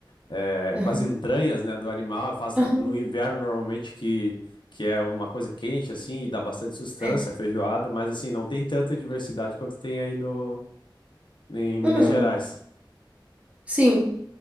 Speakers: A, on the left; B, on the right.
A: eh,
B: Aham,
A: com as entranhas, né, do animal. Eu faço
B: aham,
A: no inverno normalmente que, que é uma coisa quente assim e dá bastante sustância,
B: é.
A: a feijoada, mas assim, não tem tanta diversidade quanto tem aí no, em Minas
B: Hum,
A: Gerais.
B: sim,